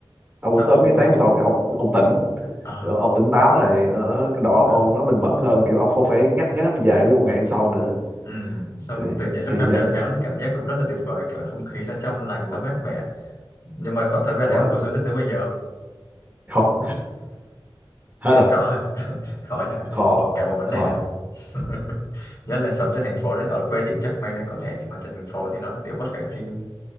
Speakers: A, on the right; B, on the left.
A: ông
B: xong
A: ngủ sớm
B: ông
A: cái sáng hôm sau cái ông ông tỉnh
B: ờ,
A: kiểu ông tỉnh táo này nó, cái đầu óc
B: ờ.
A: ông nó bình mẫn hơn kiểu ông không phải ngáp ngáp dài nguyên một ngày hôm sau nữa
B: Ừ, xong
A: Đấy,
B: tỉnh dậy lúc
A: thì
B: 5
A: vậy
B: giờ sáng là cảm giác cũng rất là tuyệt vời kiểu không khí nó trong lành
A: đúng
B: nó
A: rồi,
B: mát mẻ nhưng mà khoảng thời gian
A: đúng
B: đấy
A: rồi.
B: ông có giữ tới tới bây giờ không
A: không <laughs> hết
B: <laughs>
A: rồi
B: khó à? <laughs> khó nhờ
A: khó
B: cả một vấn
A: khó
B: đề ạ <laughs> nhất là sống trên thành phố đấy ở quê thì chắc may ra có thể nhưng mà trên thành phố thì nó là điều bất khả thi